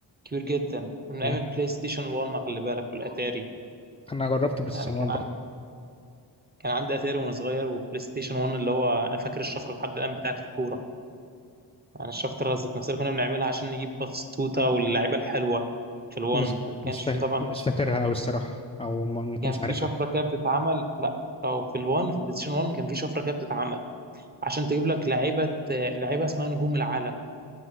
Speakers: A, on the right; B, on the left.
A: كبير جدا من ايام
B: امم
A: البلاي ستيشن 1 خلي بالك والاتاري
B: انا جربت بلاي ستيشن
A: يعني كان
B: 1
A: عندي
B: برضه
A: كان عندي اتاري وانا صغير وبلاي ستيشن 1 اللي هو انا فاكر الشفره لحد الان بتاعت الكوره يعني الشفره ذات نفسها اللي كنا بنعملها عشان نجيب باتستوتا واللعيبه الحلوه في الون
B: مش
A: ما كانش
B: مش فا...
A: في طبعا
B: مش فاكرها او الصراحه او ما ممكن
A: كان
B: مش
A: في
B: عارفها
A: شفره كده بتتعمل لا او في الون في البلاي ستيشن 1 كان في شفره كده بتتعمل عشان تجيب لك لعيبه آه، لعيبه اسمها نجوم العالم